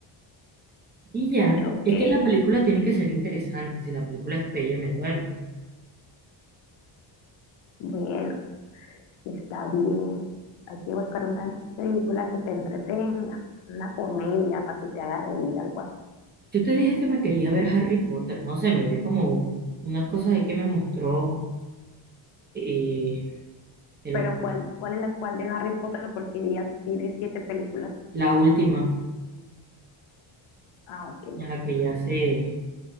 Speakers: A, on the right; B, on the left.
A: Y
B: <laughs>
A: ya,
B: Ok,
A: es que la película tiene que ser interesante, si la película es pelle me duermo.
B: bueno, está bien. Hay que buscar una película que te entretenga, una comedia para que te haga reír, algo así.
A: Yo te dije que me quería ver Harry Potter, no sé, me vi como unas cosas ahí que me mostró eh, de
B: Pero
A: la,
B: ¿cuál, cuál es la cual de Harry Potter? Porque ya tiene siete películas.
A: la última,
B: Ah, ok.
A: en la que ya se,